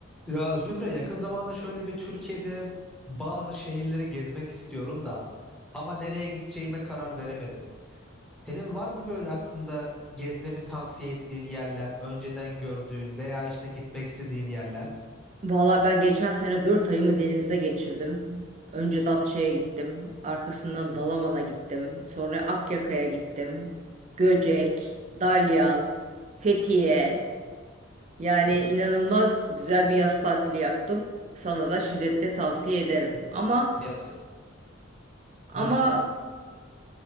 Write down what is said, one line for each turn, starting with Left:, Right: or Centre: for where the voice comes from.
Centre: Ya Zühre yakın zamanda şöyle bir Türkiye'de bazı şehirleri gezmek istiyorum da ama nereye gideceğime karar veremedim. Senin var mı böyle aklında gezmemi tavsiye ettiğin yerler, önceden gördüğün veya işte gitmek istediğin yerler?
Right: Valla ben geçen sene 4 ayımı denizde geçirdim. Önce Datça'ya gittim. Arkasından Dalaman'a gittim. Sonra Akyaka'ya gittim. Göcek, Dalyan, Fethiye. Yani
Centre: E,
Right: inanılmaz güzel bir yaz tatili yaptım. Sana da şiddetle tavsiye ederim. Ama
Centre: Ya, s-
Right: ama
Centre: Hı